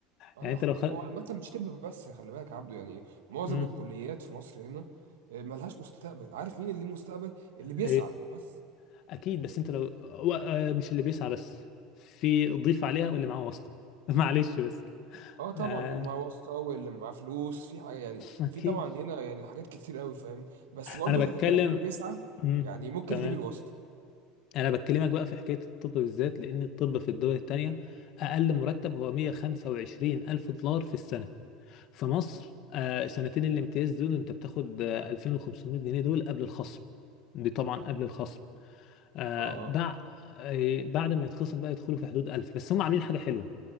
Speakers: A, on the right; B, on the left.
A: اه
B: يعني
A: لا
B: انت
A: خ-
B: لو خ...
A: هو عامة مش طب بس خلي بالك يا عبده يعني معظم
B: مم.
A: الكليات في مصر هنا آه، ملهاش مستقبل عارف مين اللي ليه مستقبل اللي بيسعى
B: ايه
A: بس
B: اكيد بس انت لو و- آه، مش اللي بيسعى بس في ضيف عليها واللي معاه واسطه <laughs> معلش بس
A: اه طبعا
B: آه...
A: واللي معاه واسطه واللي معاه فلوس في حاجه يعني
B: اوكي
A: في طبعا هنا يعني حاجات كتير قوي فاهم بس برضو
B: انا
A: خلي
B: بتكلم
A: بالك اللي بيسعى
B: مم.
A: يعني ممكن
B: تمام
A: يجيب الواسطه
B: انا بكلمك بقى في حكايه الطب بالذات لان الطب في الدول التانية اقل مرتب هو 125 الف دولار في السنه في مصر آه، سنتين الامتياز دول انت بتاخد آه، 2500 جنيه دول قبل الخصم دي طبعا قبل الخصم آه،
A: اه
B: بع-
A: اه
B: آه، بعد ما يتخصم بقى يدخلوا في حدود 1000 بس هم عاملين حاجه حلوه